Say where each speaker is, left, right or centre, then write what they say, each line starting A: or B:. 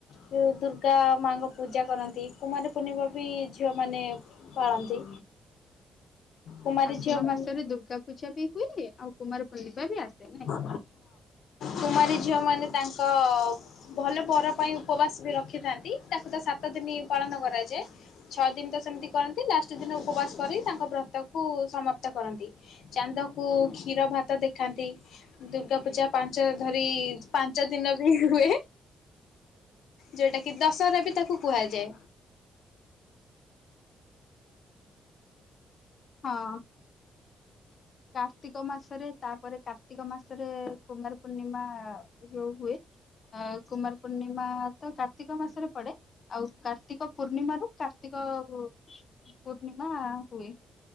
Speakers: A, on the left (about 75°); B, on the left (about 40°).
A: ଯେଉଁ ଦୁର୍ଗା ମାଙ୍କ ପୂଜା କରନ୍ତି କୁମାରୀ ପୂର୍ଣ୍ଣିମା ବି ଝିଅମାନେ। ପାଳନ୍ତି। କୁମାରୀ
B: ଆଶ୍ୱିନ
A: ଝିଅମାନେ
B: ମାସରେ ଦୁର୍ଗା ପୂଜା ବି ହୁଏ ଆଉ କୁମାର ପୂର୍ଣ୍ଣିମା ବି ଆସେ। ନାଇଁ।
A: ହଁ କୁମାରୀ ଝିଅ ମାନେ ତାଙ୍କ। ଭଲ ବର ପାଇଁ ଉପବାସ ବି ରଖିଥାନ୍ତି ତାକୁ ତ ସାତ ଦିନ ପାଳନ କରାଯାଏ। ଛଅ ଦିନ ତ ସେମିତି କରନ୍ତି ଲାଷ୍ଟ ଦିନ ଉପବାସ କରି ତାଙ୍କ ବ୍ରତକୁ ସମାପ୍ତ କରନ୍ତି। ଚାନ୍ଦକୁ କ୍ଷୀର ଭାତ ଦେଖାନ୍ତି। ଦୁର୍ଗା ପୂଜା ପାଞ୍ଚ ଧରି ପାଞ୍ଚ ଦିନ ବି ହୁଏ। ଯୋଉଟା କି ଦଶହରା ବି ତାକୁ କୁହାଯାଏ।
B: ହଁ। କାର୍ତ୍ତିକ ମାସରେ ତାପରେ କାର୍ତ୍ତିକ ମାସରେ କୁମାର ପୂର୍ଣ୍ଣିମା ଯୋଉ ହୁଏ। ଆ କୁମାର ପୂର୍ଣ୍ଣିମା ତ କାର୍ତ୍ତିକ ମାସରେ ପଡେ। ଆଉ କାର୍ତ୍ତିକ ପୂର୍ଣ୍ଣିମାରୁ କାର୍ତ୍ତିକ ପୂର୍ଣ୍ଣିମା ହୁଏ।